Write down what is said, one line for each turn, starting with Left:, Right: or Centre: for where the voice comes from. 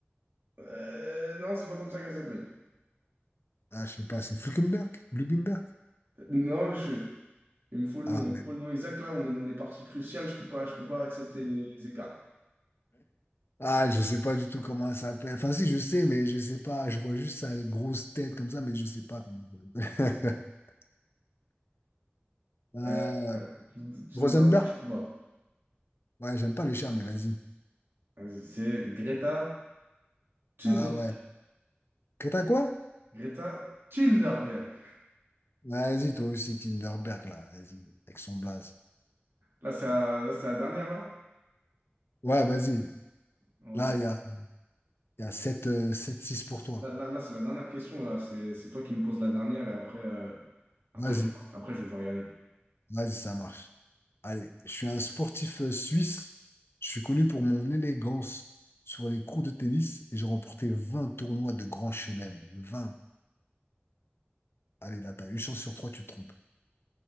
Right: Euh, non, c'est pas comme ça qu'elle s'appelle.
Left: Ah, je sais pas, c'est Fluckenberg? Blumenberg?
Right: Non, monsieur. Il me faut le
Left: Ah,
Right: nom. Il me faut le nom exact. Là, on est dans des parties cruciales. Je peux pas, je peux pas accepter les écarts.
Left: Ah, je sais pas du tout comment elle s'appelle. Enfin, si, je sais, mais je sais pas. Je vois juste sa grosse tête comme ça, mais je sais pas. comment elle s'appelle. <laughs> Euh,
Right: Euh, euh, tu
Left: Rosenberg?
Right: donnes un rouge ou pas?
Left: Ouais, j'aime pas les chats, mais vas-y.
Right: Vas-y, c'est Greta Thunberg.
Left: Ah ouais. Que t'as quoi?
Right: Greta Thunberg.
Left: Vas-y, toi aussi, Tinderberg, là. Vas-y, avec son blaze.
Right: Là, c'est la, là, c'est la dernière, là?
Left: Ouais, vas-y.
Right: Ah,
Left: Là,
Right: Ok.
Left: il y a, il y a 7, euh, 7-6 pour toi.
Right: Là, là, là, c'est la dernière question, là. C'est c'est toi qui me poses la dernière et après, euh, après,
Left: Vas-y,
Right: je, après, je vais devoir y aller.
Left: vas-y, ça marche. Allez, je suis un sportif euh, suisse. Je suis connu pour mon élégance sur les cours de tennis et j'ai remporté 20 tournois de Grand Chelem. 20. Allez, là, t'as une chance sur trois, tu te trompes.